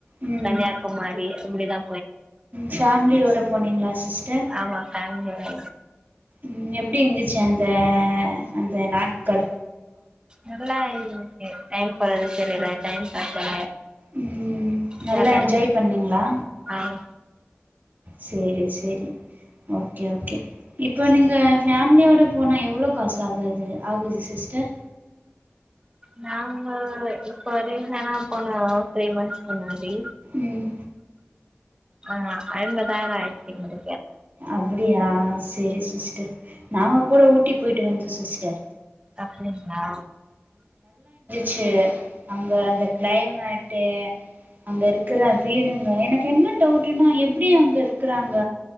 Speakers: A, on the right; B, on the right.
A: ம்
B: கன்னியாகுமாரி அப்புடிதா
A: ஃபேமிலியோட போனீங்களா சிஸ்டர்
B: ஆமா ஃபேமிலியோட
A: ம் எப்புடி இருந்துச் சு அந்த அந்த நாட்கள்
B: நல்லாருந்துச்சு டைம் போறதே தெரியல டைம் பத்தல
A: உம் நல்லா
B: தர்றாங்க.
A: என்ஜாய் பண்ணீங்களா
B: ஆமா
A: சேரி சேரி ஓகே ஓகே இப்ப நீங்க ஃபேமிலியோட போனா எவ்ளோ காசு ஆகாது ஆகுது சிஸ்டர்
B: நாங்க இப்ப ரிசனா போனோ த்ரீ மன்த்ஸ்க்கு முன்னாடி
A: ம்
B: ஆஹ் ஐம்பதாயிர ஆயிடுச்சுங்கோ
A: அப்புடியா சேரி சிஸ்டர் நாங்க கூட ஊட்டி போயிட்டு வந்தோ சிஸ்டர்
B: அப்டிங்களா
A: ச்சு அங்க அந்த கிளைமேட்டு் அங்க இருக்கிற வீடுங்க எனக்கு என்ன டவுட்டுனா எப்படி அங்க இருக்குறாங்க